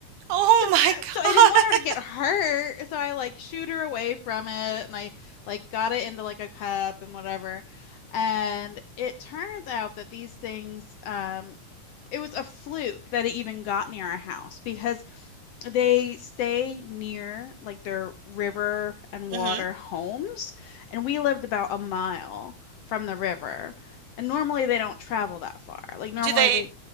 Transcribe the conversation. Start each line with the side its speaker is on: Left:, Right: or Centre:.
Right: Oh my
Left: <laughs>
Right: god.
Left: so I didn't want her to get hurt. So I like shooed her away from it, and I like got it into like a cup and whatever. And it turns out that these things, um, it was a fluke that it even got near our house because they stay near like their river and
Right: Mhm.
Left: water homes, and we lived about a mile from the river. And normally they don't travel that far. Like normally
Right: Do they
Left: they